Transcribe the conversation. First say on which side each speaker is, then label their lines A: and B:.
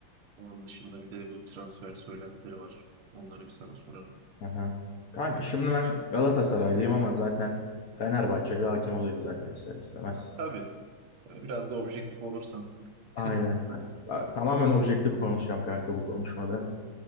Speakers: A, on the right; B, on the left.
A: Onun dışında bir de bu transfer söylentileri var. Onları bir sana sorarım.
B: Aha. Kanka
A: Onu-
B: şimdi ben Galatasaraylıyım ama zaten Fenerbahçe'yle hakim oluyorum zaten ister istemez.
A: Tabii. Biraz da objektif olursan. <laughs>
B: Aynen. kanka. Tamamen objektif konuşacağım kanka bu konuşmada.